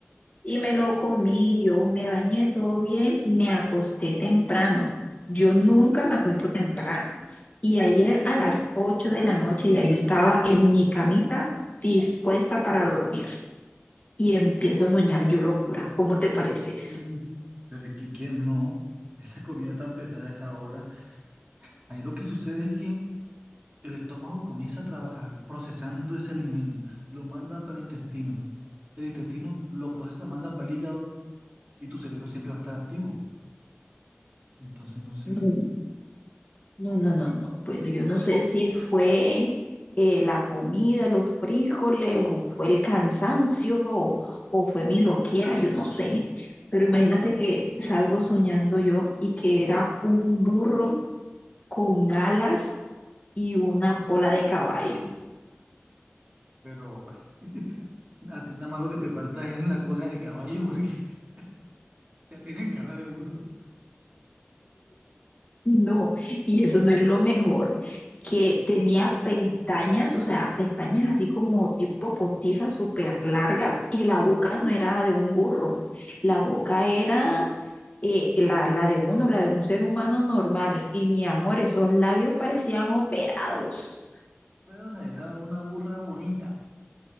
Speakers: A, on the left; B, on the right.
A: Y me lo comí, yo me bañé todo bien, me acosté temprano. Yo nunca me acuesto temprano. Y ayer a las 8 de la noche ya yo estaba en mi camita dispuesta para dormir y empiezo a soñar yo locuras. ¿Cómo te parece eso?
B: Mm, Pero es que quién no, esa comida tan pesada a esa hora. Ahí lo que sucede es que el estómago comienza a trabajar procesando ese alimento, lo manda para el intestino. El intestino lo procesa, manda para el hígado y tu cerebro siempre va a estar activo. Entonces no sé,
A: Mm. No, no, no, no. Bueno, yo no sé si fue eh, la comida, los frijoles, o fue el cansancio, o, o fue mi loquera, yo no sé. Pero imagínate que salgo soñando yo y que era un burro con alas y una cola de caballo.
B: pero <laughs> a ti nada más lo que te falta es en la cola de caballo porque <laughs> ya tienes cara de burro.
A: No, y eso no es lo mejor, que tenía pestañas, o sea, pestañas así como tipo postizas súper largas y la boca no era de un burro, la boca era eh, la, la de uno, la de un ser humano normal. Y mi amor, esos labios parecían operados.
B: Pero, o sea, era una burra bonita.